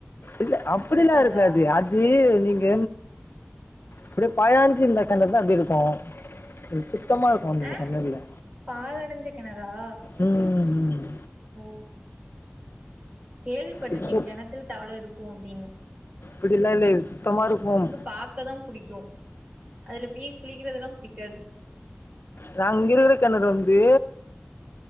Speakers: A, on the left; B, on the right.
A: இல்ல அப்படிலா
B: கெடக்காதா
A: இருக்காது அது நீங்க அப்டியே பயாஞ்சு இருந்த கெணறு தா அப்டி இருக்கு இது சுத்தமா <unintelligible>
B: ஆ
A: கெணறுல
B: பாழடஞ்ச கெணறா
A: ம் ம் ம்
B: ஓ கேள்விப்பட்ருக்கே
A: இது சு
B: கெணத்துல தவள இருக்கு அப்டின்னு
A: அப்டில்லா இல்ல இது சுத்தமா இருக்கும்
B: பாக்க தா புடிக்கு அதுல பேய் குளிக்கிறதலா பிடிக்காது
A: நாங் இங்க இருக்கற கெணறு வந்து